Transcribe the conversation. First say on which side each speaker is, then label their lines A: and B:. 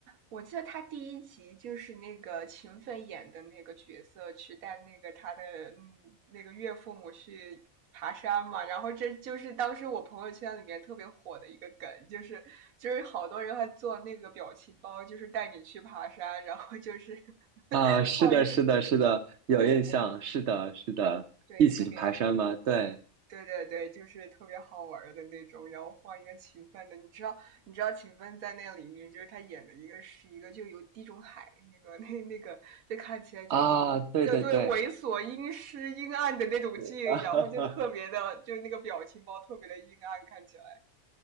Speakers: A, on the right; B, on the right.
A: 我记得他第一集就是那个秦奋演的那个角色去带那个他的嗯那个岳父母去爬山嘛，然后这就是当时我朋友圈里面特别火的一个梗，就是就是好多人还做那个表情包，就是带你去爬山，然后就是 <laughs>
B: 啊，是的，
A: 放一
B: 是的，是的，有印象，
A: 对对
B: 是的，是的，
A: 对，
B: 一起去爬山吗？
A: 特别。
B: 对
A: 对对对，就是特别好玩儿的那种，然后放一个秦奋的，你知道，你知道秦奋在那里面就是他演的一个是一个就有地中海那个 <laughs> 那那个，就看起来就
B: 啊，对对对，
A: 呃对对猥琐、阴湿、阴暗的那种劲，
B: <laughs> 哈哈。
A: 然后就特别的，就那个表情包特别的阴暗，看起来。